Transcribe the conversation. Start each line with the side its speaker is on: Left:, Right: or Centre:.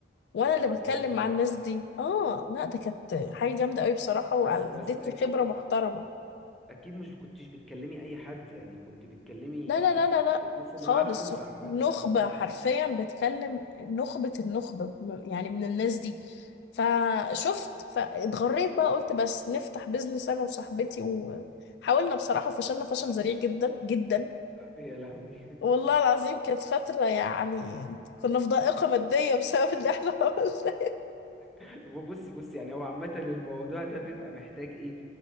Left: وانا
Centre: اه
Left: اللي
Centre: ده
Left: بتكلم
Centre: اللي هو
Left: مع الناس دي اه لا ده كانت حاجه جامده قوي بصراحه وادتني
Centre: بس بس اكيد
Left: خبره محترمه
Centre: اكيد مش كنتيش بتكلمي اي حد يعني كنت بتكلمي
Left: لا لا لا لا لا
Centre: أكيد الناس اللي
Left: خالص
Centre: معاها فلوس عامة
Left: نخبة
Centre: <laughs>
Left: حرفيا بتكلم نخبة النخبة م- يعني من الناس دي فشفت فاتغريت بقى قلت بس نفتح بيزنس انا وصاحبتي وحاولنا بصراحة وفشلنا فشل ذريع جدا جدا
Centre: يا لهوي
Left: والله العظيم كانت فترة يعني كنا في ضائقة مادية بسبب اللي احنا <laughs> عملناه
Centre: <laughs> بصي بصي يعني هو عامة الموضوع ده بيبقى محتاج ايه